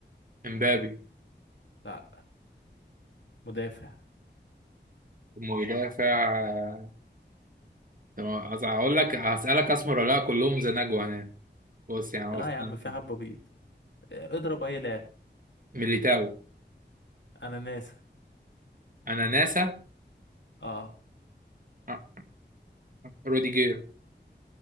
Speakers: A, on the right; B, on the left.
A: امبابي
B: لا مدافع
A: مدافع آه، طب أز- هقول لك هسألك اسمر ولا لا كلهم زناجو هنا بص يعني
B: لا
A: هو اسمه
B: يا عم في حبة بيض آه، اضرب اي لاعب
A: ميليتاو
B: انا ناسا
A: اناناسا
B: اه
A: آه، روديجير